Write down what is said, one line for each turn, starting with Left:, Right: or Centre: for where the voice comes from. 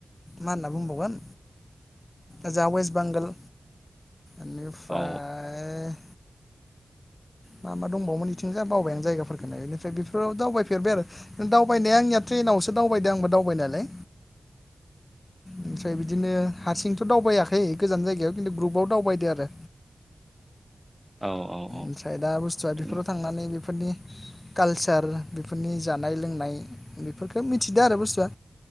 Left: मा होनना बुंबावगोन ओजा वेस्ट बेंगल <unintelligible> निफ्राय
Centre: औ
Left: मा मा दंबावोमोन इथिंजाय बावबाय आं जायगाफोरखौनो बेनिफ्राय बेफोराव दावबायफेरबाय आरो दावबायनाया आंनिया ट्रेनावसो दावबायदो आंबो दावबाय नायालाय। ओमफ्राय बिदिनो हारसिं थ दावबायाखै गोजान जायगायाव खिन्थु ग्रुप <unintelligible> दावबायदो आरो
Centre: औ औ औ
Left: ओमफ्राय दा बुस्थुआ
Centre: बिदिनो
Left: बेफोराव थांनानै बिफोरनि कालचार बेफोरनि जानाय लोंनाय बेफोरखौ मिथिदों आरो बुस्थुआ